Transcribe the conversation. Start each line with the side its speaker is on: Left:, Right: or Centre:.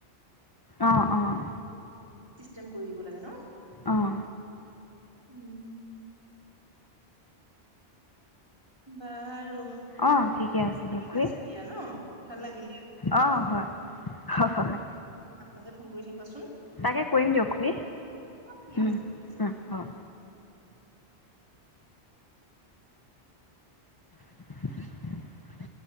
Left: অ', অ',
Right: টেম কৰি দিব লাগে ন।
Left: অঁ।
Right: উম। বাৰু।
Left: অঁ ঠিকে আছে দিয়ক
Right: ঠিক
Left: খুৰীঅঁ
Right: আছে দিয়া ন ভাল লাগিলে
Left: অঁ অঁ
Right: মোৰ মাতটো
Left: হয়
Right: শুনি মাজে মাজে ফোন কৰি থাকিবাচোন
Left: তাকে কৰিম দিয়ক খুৰী
Right: অ ঠিক
Left: উম
Right: আছে ঠিক আছে
Left: উ অ। <unintelligible>